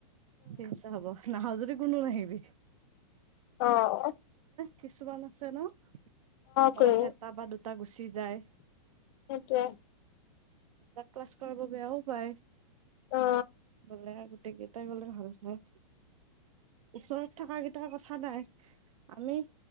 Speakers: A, on the right; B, on the left.
A: ঠিক আছে হব নাহ যদি কোনো নাহিবি।
B: অহ',
A: কিছুুমান আছে ন'
B: খুৰী
A: অকল এটা বা দুটা গুচি যায়
B: সেইটোৱে
A: তাক ক্লাছ কৰাব বেয়াও পায়।
B: অ,
A: বলে আৰু গোটেই গেইটা গলে ভাল হয়। ওচৰত থকা কেইটাৰ কথা নাই আমি